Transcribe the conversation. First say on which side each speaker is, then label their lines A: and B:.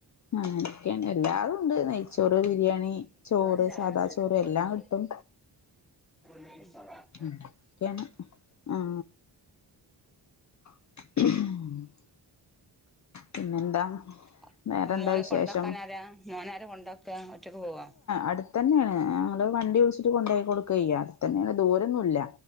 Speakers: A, on the left (about 40°); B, in the centre.
A: അഅങ്ങനെയൊക്കെയാണ് എല്ലാതും ഉണ്ട് നെയ്ച്ചോറ് ബിരിയാണി ചോറ്
B: ഒരുപാട് ചായ
A: സാദാ
B: <unintelligible>
A: ചോറ് എല്ലാം കിട്ടും അങ്ങനെയൊക്കെയാണ് ആ <unintelligible> പിന്നെന്താ
B: അപ്പൊ
A: വേറെന്താ
B: മോനെ
A: വിശേഷം
B: കൊണ്ടാക്കൻരാ മോനാര കൊണ്ടാക്കുക ഒറ്റക്ക് പോവാ
A: അടുത്ത തന്നെയാണ് ഞങ്ങള് വണ്ടി വിളിച്ചിട്ട് കൊണ്ടു പോയി കൊടുക്കുകയ്യ അടുത്തന്നാണ് ദൂരൊന്നുല്ല